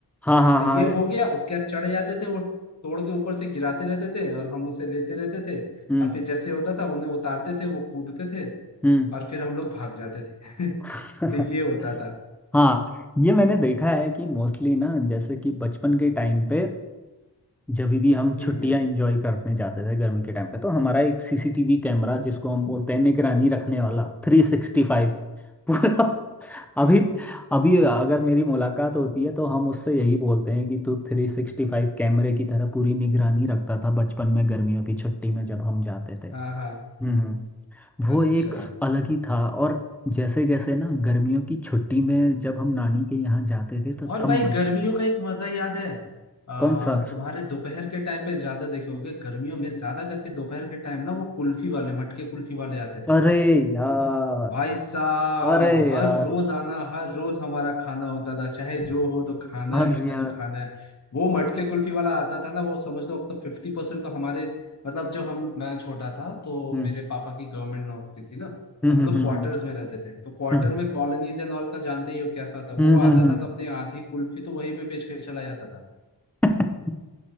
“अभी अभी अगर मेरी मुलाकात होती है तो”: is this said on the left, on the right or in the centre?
Centre